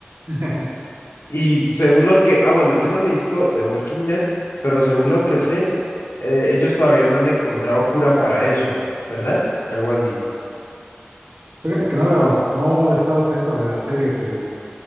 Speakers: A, on the right; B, on the left.
A: <laughs>
B: Y según lo que. Ah, bueno, yo no me he visto The Walking Dead, pero según lo que sé, eh, ellos todavía no han encontrado cura para eso, ¿verdad? Algo así.
A: Fíjate que no, lo- no he estado atento de la serie, pero